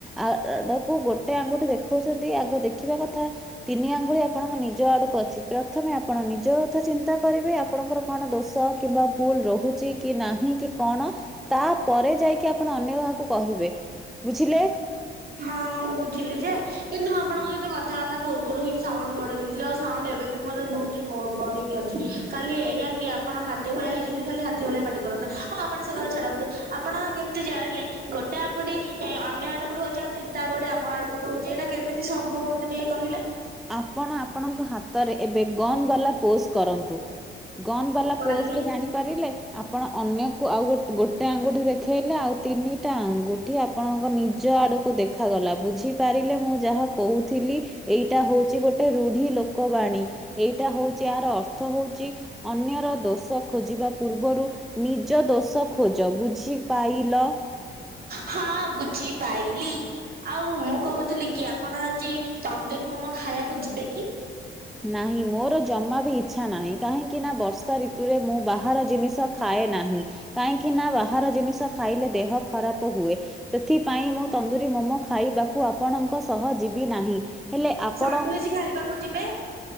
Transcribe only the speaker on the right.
ହଁ ମୁଁ ବୁଝିଲି ଯେ କିନ୍ତୁ ଆପଣଙ୍କ ସହିତ କଥା ହେଲା ପୂର୍ବରୁ ହିଁ ସାଉଣ୍ଡ ବଢେଇ ଦେଇଥିଲି ଆଉ ସାଉଣ୍ଡ ଏବେ ବି ମୋର ବହୁତ ବଢିକି ଅଛି ଖାଲି ଏଇଆ କି ଆପଣ ହାତୀ ଭଳିଆ ହେଇଛନ୍ତି ଖାଲି ହା ହାତୀ ଭଳିଆ ପାଟି କରନି ହଁ ଆପଣ ସେ କଥା ଛାଡନ୍ତୁ। ଆପଣ କେମିତି ଜାଣିଲେ? ଗୋଟେ ଆଙ୍ଗୁଠି ଏ ଅନ୍ୟ ଆଡକୁୁ <unintelligible> ତିନିଟା ଆଙ୍ଗୁଠି ଆମ ଆଡକୁ ରହୁଛି ଏଇଟା କେମିତି ସମ୍ଭବ ମତେ ଟିକେ କହିଲେ?
କହିଲି
ହଁ ବୁଝ୍ ଝି ପାଇଲି ଆଉ ମୁଁ କହୁଥିଲି କି ଆପଣ ଆଜି ତନ୍ଦୁରିୀ ମୋମୋ ଖାଇବାକୁ ଯିବେ କି?
ସାଣ୍ଡୱିଚ ଖାଇବାକୁ ଯିବେ?